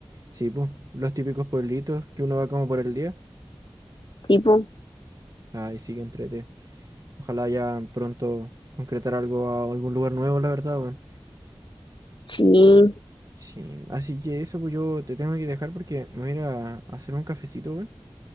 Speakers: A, on the right (about 40°); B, on the left (about 60°).
A: Sí, pues. Los típicos pueblitos que uno va como por el día.
B: Tipo,
A: Ay, sí, que entrete. Ojalá ya pronto concretar algo a algún lugar nuevo, la verdad, bueno.
B: sí, bu. Sí.
A: Sí, así que eso, pues yo te tengo que dejar porque me voy a ir a hacer un cafecito, bueno.